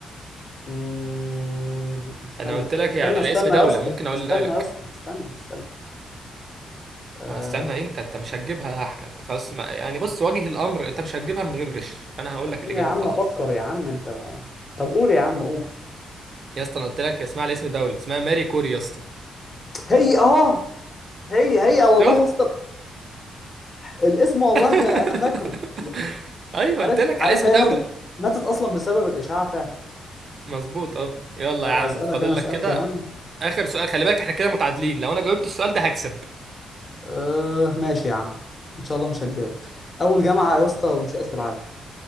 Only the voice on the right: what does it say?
انا قلت لك
هي على
اسم دولة
ممكن اقولها
لك
ما هستنى انت انت مش هتجيبها يا احمد خلاص ما... يعني بص واجه الامر انت مش هتجيبها من غير غش فانا هقول
لك الاجابة
وخلاص
يا اسطى انا قلت لك اسمها على اسم دولة اسمها ماري كوري يا اسطى
شفت
<laughs>
ايوه
قلت لك
على اسم
دولة
مظبوط اه يلا
يا عم
فاضل
لك كده
اخر سؤال خلي بالك احنا كده متعادلين لو انا جاوبت السؤال ده هكسب